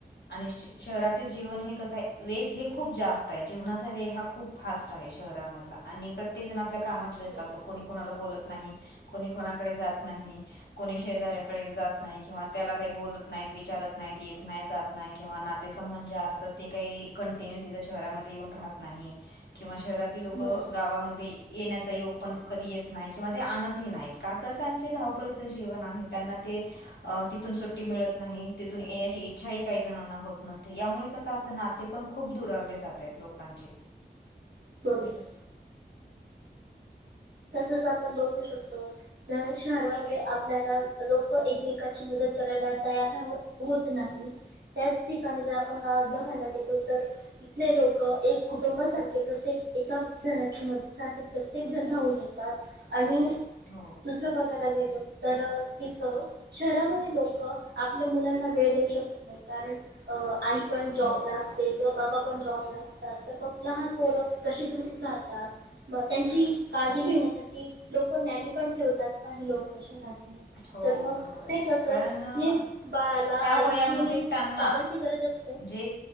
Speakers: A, on the left; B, on the right.
A: आणि श-शहरातील जीवन हे कसं आहे, वेग हे खूप जास्त आहे जीवनाचा वेग हा खूप फास्ट आहे शहरामधला आणि प्रत्येक जण आपल्या कामात व्यस्त
B: बरोबर
A: असतो, कोणी-कोणाला बोलत नाही. कोणी कोणाकडे जात नाही. कोणी शेजऱ्याकडे जात नाही किंवा त्याला काही बोलत नाहीत, विचारत नाहीत, येत नाही, जात नाही किंवा नातेसंबंद जे असतात, ते काही कंटिन्यू तिथं शहरामध्ये येऊन राहत नाही. किंवा शहरातील लोक
B: बरोबर
A: गावामध्ये येण्याचा योग पण कधी येत नाही किंवा ते आणतही नाहीत का तर त्यांचे धावपळीचं जीवन आहे, त्यांना ते अ तिथून सुट्टी मिळत नाही, तिथून येण्याची इच्छा ही काही जणांना होत नसते, यामुळे कसं असंत, नाते पण खूप दुरावले जातायत लोकांचे.
B: बरोबर. तसच आपण बघू शकतो. जर शहरामध्ये आपल्याला लोकं एकमेकाची मदत करायला तयार ना हॊ-होत नाही. त्याच ठिकाणी जर आपण गावात बघायला गेलो तर तिथले लोकं एक कुटुंबासारखे, प्रत्येक एका जणाची मदत <inaudible> साठी प्रत्येक जण धावून येतात आणि
A: हो.
B: दुसरं बघायला गेलो, तर तिथं शहरामध्ये लोकं आपल्या मुलांना वेळ देऊ शकत नही, कारण अ-आई पण
A: बरोबर
B: जॉबला असते
A: आहे
B: किंवा बाबा पण जॉबला असतात, तर मग लहान पोर कशी घरीच राहतात मग त्यांची काळजी
A: हो
B: घेण्यासाठी लोकं नानी पण ठेवतात, काही लोकं शहरातले.
A: हो
B: तर मग,
A: बरोबर आहे
B: ते कस
A: कारण अ,
B: जे बाळाला
A: ह्या
B: आईची
A: वयामध्ये
B: आणि
A: त्यांना
B: बाबांची गरज असत
A: जे